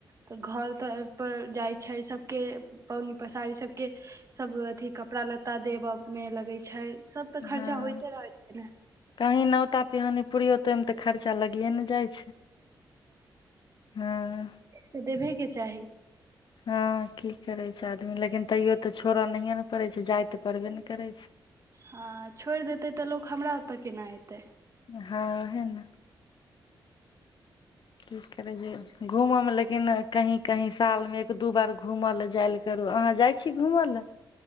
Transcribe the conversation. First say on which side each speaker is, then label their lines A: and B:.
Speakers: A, on the right (about 35°); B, on the left (about 60°).
A: तऽ घर तपर जाइ छैय सभके पबनी पसारी सभके सब अथी कपड़ा लत्ता देब मे लगै छैय सब तऽ खर्चा
B: हँ
A: होयइते रहैत छैय ने।
B: कहीं नोता पिहानी पुरियो तेमे तऽ खर्चा लगिए ने जाइ छैय हँ।
A: तऽ देबेके चाही।
B: हँ की करे छैय आदमी लेकिन तैयो तऽ छोड़ऽ नहिये ने पड़े छैय जाय ते पड़बे ने करे छैय। <inaudible>
A: हँ छोड़ि देतै तऽ लोक हमरा ओतऽ केना अतै।
B: हँ, है न। की करबै जे घूमय में लेकिन कहीं कहीं साल में एक दू बार घूमय लय जैऽल करू। अहाँ जाइ छी घूमय लैऽ?